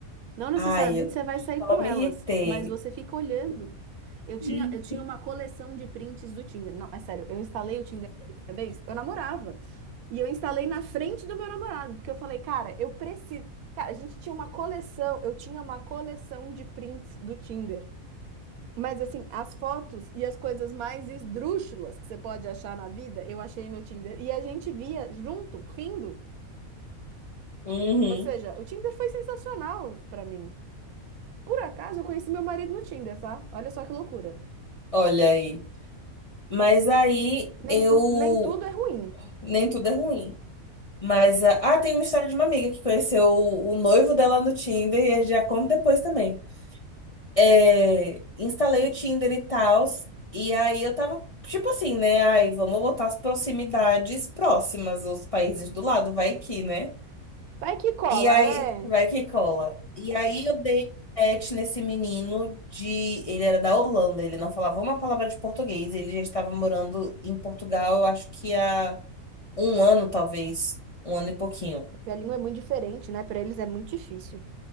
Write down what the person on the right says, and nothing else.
Não necessariamente
você vai sair
com
elas,
mas você fica olhando. Eu tinha,
eu tinha uma coleção de prints do Tinder. Não, é sério, eu instalei o Tinder a primeira vez, eu namorava. E eu instalei na frente do meu namorado, porque eu falei, cara, eu preciso. Cara, a gente tinha uma coleção, eu tinha uma coleção de prints do Tinder. Mas assim, as fotos e as coisas mais esdrúxulas que você pode achar na vida, eu achei no Tinder. E a gente via junto, rindo.
Ou seja, o Tinder foi sensacional pra mim. Por acaso, eu conheci meu marido no Tinder, tá? Olha só que loucura.
Nem,
tu, nem tudo é ruim.
Vai que cola,
né?
Porque A língua é muito diferente, né? Pra eles é muito difícil.